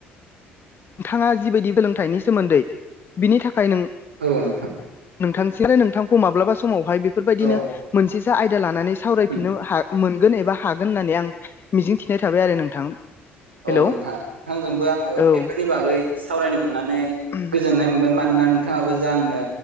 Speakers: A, on the left (about 40°); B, on the right (about 85°).
A: नोंथाङा जिबायदि सोलोंथाइनि सोमोन्दै बिनि थाखाय नों
B: औ नोंथां
A: नोंथांसि आरो नोंथांखौ माब्लाबा समावहाय बेफोरबायदिनो
B: औ
A: मोनसेसा आयदा लानानै सावरायफिननो
B: औ
A: मोनगोन एबा हागोन होननानै आं मिजिं थिनाय थाबाय आरो नोंथां हेलौ
B: औ नोंथां नोंथांजोंबो आङो
A: औ
B: बेफोरनि बागै सावरायनो मोननानै
A: <unintelligible>
B: गोजोननाय मोनबाय मानोना नोंथाङाबो जा आंनो